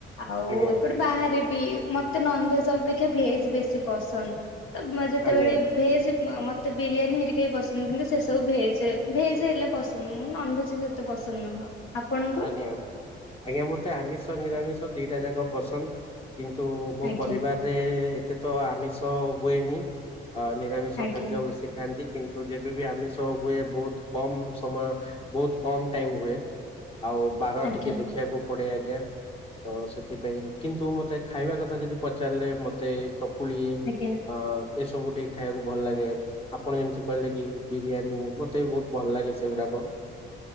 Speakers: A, on the left; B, on the left.
A: ଆଉ
B: ଆଜ୍ଞା
A: ଏପଟେ ବାହାରେ ବି ମତେ ନନ୍ ଭେଜ ଅପେକ୍ଷା ଭେଜ ବେଶୀ ପସନ୍ଦ। ତ ଯେତେବେଳେ
B: ଆଜ୍ଞା
A: ଭେଜ ମ-ମତ ତ ବିରିୟାନୀ ହେରିକା ବି ପସନ୍ଦ କିନ୍ତୁ ସେ ସବୁ ଭେଜ। ଭେଜ୍ ହେଲେ ପସନ୍ଦ ମୁଁ ନନ୍ ଭେଜ୍ ଯେତେ ପସନ୍ଦ ନୁହଁ। ଆପଣଙ୍କୁ?
B: ଆଜ୍ଞା ଆଜ୍ଞା ମୁଁ ମତେ ଆମିଷ ନିରାମିଷ ଦିଇଟା ଜାଙ୍କ ପସନ୍ଦ। କିନ୍ତୁ ମୋ
A: ଆଜ୍ଞା
B: ପରିବାରରେ ଏ ଏତେ ତ ଆମିଷ ହୁଏନି। ଆ ନିରାମିଷ
A: ଆଜ୍ଞା
B: ଖାଦ୍ୟ ବେଶି ଖାଆନ୍ତି। କିନ୍ତୁ ଯେବେବି ଆମିଷ ହୁଏ ବୋହୁତ କମ ସମୟ ବୋହୁତ କମ ଟାଇମ ହୁଏ। ଆଉ ବାର
A: ଆଜ୍ଞା
B: ଟିକେ ଦେଖିବାକୁ ପଡେ ଆ ଜ୍ଞା ତ ସେଥିପାଇଁ କିନ୍ତୁ ମତେ ଖାଇବା କଥା ଯଦି ପଚାରିଲେ ମତେ ଟୋ କୁଳି ଆଁ
A: ଆଜ୍ଞା
B: ଏସବୁ ଟିକେ ଖାଇବାକୁ ଭଲ ଲାଗେ ଆପଣ ଯେମିତି କହିଲେ କି ବିରିୟାନୀ ମତେ ବି ବୋହୁତ ଭଲ ଲାଗେ ସେଗୁଡାକ।